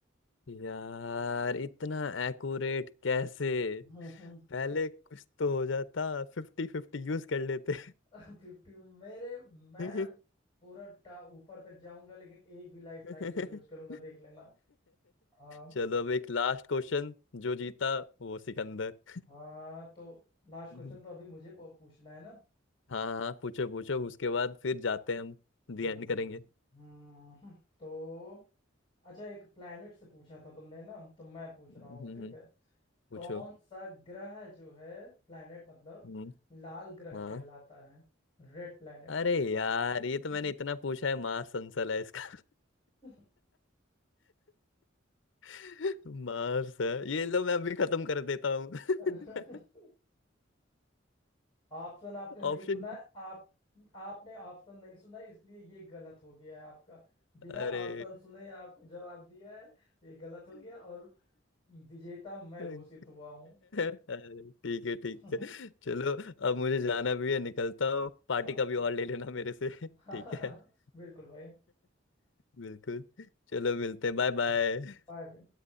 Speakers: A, on the left; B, on the left.
A: यार इतना एक्यूरेट कैसे
B: हम्म हम्म।
A: पहले कुछ तो हो जाता फिफ्टी फिफ्टी यूज कर लेते
B: <laughs> फिफ्टी मेरे मैं
A: <laughs>
B: पूरा टा ऊपर तक जाऊंगा लेकिन एक भी लाइफ
A: <laughs>
B: लाइन नहीं यूज करूंगा देख लेना आ,
A: चलो अब एक लास्ट क्वेश्चन जो जीता वो सिकंदर
B: हाँ तो लास्ट क्वेश्चन
A: हम्म,
B: तो अभी मुझे पू- पूछना है ना
A: हाँ हाँ पूछो पूछो उसके बाद फिर जाते हैं हम दी
B: हम्म
A: एंड करेंगे
B: हम्म, हम्म, तो अच्छा एक प्लेनेट से पूछा था तुमने ना तो मैं पूछ
A: हम्म
B: रहा हूँ ठीक है
A: पूछो
B: कौन सा ग्रह जो है प्लेनेट मतलब
A: हम्म
B: लाल ग्रह
A: हाँ
B: कहलाता है Red planet
A: अरे यार ये तो
B: <laughs>
A: मैंने इतना पूछा है मार्स आंसर है इसका
B: हम्म।
A: <laughs> मार्स है ये लो मैं अभी खत्म कर देता हूँ <laughs>
B: <laughs> ऑप्शन आपने नहीं
A: ऑप्शन
B: सुना है, आप आपने ऑप्शन नहीं सुना इसलिए ये गलत हो गया है आपका बिना
A: अरे
B: ऑप्शन सुने आपको जवाब दिया है तो ये गलत
A: <laughs>
B: हो गया और विजेता मैं
A: अरे,
B: घोषित हुआ हूँ
A: ठीक है ठीक
B: <laughs>
A: है चलो अब मुझे जाना भी है निकलता हूँ पार्टी
B: हाँ
A: का भी और ले लेना मेरे से ठीक
B: हाँ,
A: है <laughs>
B: <laughs> बिल्कुल भाई
A: बिल्कुल चलो मिलते हैं बाय बाय
B: बाय भाई